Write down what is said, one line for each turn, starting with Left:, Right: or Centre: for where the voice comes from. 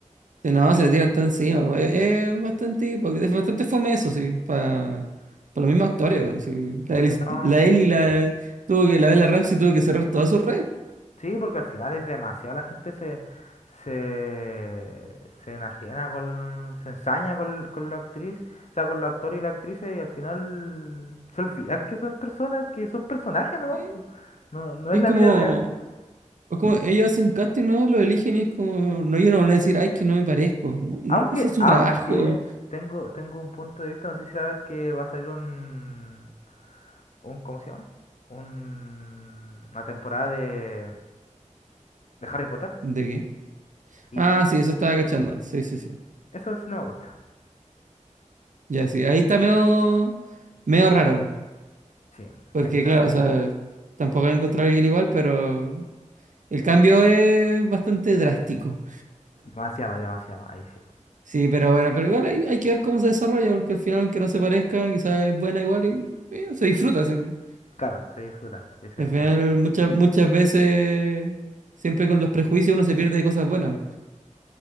Right: sí, no, se le tiran todo encima, po, Es, es bastante hipócrita, es bastante fome eso, sí, para los mismos actores, po, sí. La
Left: Sí,
Right: Eli,
Left: no.
Right: la Eli la, tuvo que, la Bella Ramsey tuvo que cerrar todas sus redes.
Left: Sí, porque al final es demasiado, la gente se, se, se enajena con, se ensaña con, con la actriz, o sea, con los actores y las actrices y al final se olvidan que son personas, que son personajes nomás,
Right: sí.
Left: po. No, no
Right: Es
Left: es la
Right: como,
Left: vida real.
Right: Es como ellos hacen casting, ¿no? Lo eligen y es como, no, ellos no van a decir, ay, es que no me parezco. No, no,
Left: Aunque,
Right: si es su
Left: aunque
Right: trabajo.
Left: tengo, tengo un punto de vista, no sé si sabes que va a salir un, un, ¿cómo se llama? Un- una temporada de, de Harry Potter
Right: ¿De qué?
Left: y,
Right: Ah,
Left: y
Right: sí, eso estaba cachando. Sí, sí, sí.
Left: eso sí no me gusta.
Right: Ya, sí. Ahí está medio, medio raro.
Left: Sí,
Right: Porque,
Left: ahí está
Right: claro,
Left: medio-
Right: o sea, tampoco voy a encontrar a alguien igual, pero el cambio es bastante drástico.
Left: demasiado, demasiado, ahí sí.
Right: Sí, pero bueno, pero igual hay, hay que ver cómo se desarrolla, porque al final, aunque no se parezca, quizás es buena igual y eh, se disfruta, sí.
Left: Claro, se disfruta, sí, ese
Right: Al
Left: es el
Right: final,
Left: punto.
Right: muchas, muchas veces, siempre con los prejuicios uno se pierde de cosas buenas.